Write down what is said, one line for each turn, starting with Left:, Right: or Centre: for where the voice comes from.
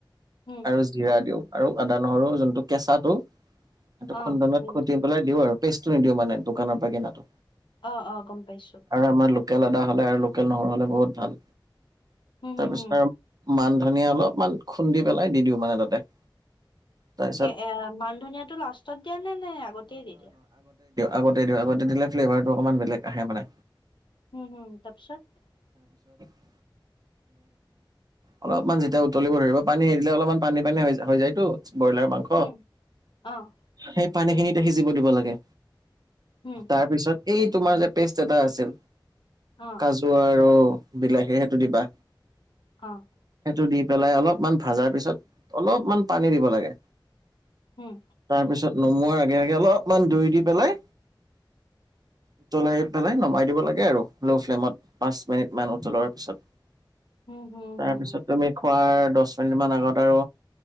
Left: হুম
Right: আৰু জিৰা দিওঁ আৰু আদা নহৰু যোনটো কেঁচাটো। এইটো
Left: অ
Right: খুন্দনত
Left: বুজিছো
Right: খুটি পেলাই দিও আৰু পেষ্টটো নিদিও মানে দোকানৰ পৰা কিনাটো।
Left: আহ অ' গম পাইছোঁ।
Right: আৰু আমাৰ লোকেল আদা হ'লে আৰু লোকেল নহৰু হ'লে বহুত ভাল।
Left: হুম হুম
Right: তাৰপিছত
Left: হুম
Right: আৰু, মান ধনিয়া অলপমান খুন্দি পেলাই দি দিওঁ মানে তাতে। তাৰপিছত
Left: সেই এ মান ধনিয়াতটো লাষ্টত দিয়া নে নাই আগতেই দি দিয়া?
Right: আগতে দিওঁ আগতে দিলে ফ্লেভাৰটো অকণমান বেলেগ আহে মানে।
Left: উম হুম তাৰপিছত
Right: উ অলপমান যেতিয়া উতলিব ধৰিব পানী এ দিলে অলপমান পানী পানী হৈ হৈ যায়তো ব্ৰইলাৰ মাংস
Left: উম, অ',
Right: সেই পানীখিনিতে সিজিব দিব লাগে
Left: উম,
Right: তাৰ পিছত এই তোমাৰ যে পেষ্ট এটা আছিল
Left: অ',
Right: কাজু আৰু বিলাহী সেইটো দিবা
Left: অ',
Right: সেইটো দি পেলাই অলপমান ভজাৰ পিছত অলপমান পানী দিব লাগে
Left: উম,
Right: তাৰপিছত নমোৱাৰ আগে আগে অলপমান দৈ দি পেলাই উতলাই পেলাই নমাই দিব লাগে আৰু ল' ফ্লেমত পাঁচ মিনিট মান উতলোৱাৰ পিছত।
Left: হুম, হুম,
Right: তাৰপিছত
Left: হুম।
Right: তুমি খোৱাৰ দহ মিনিট মান আগত আৰু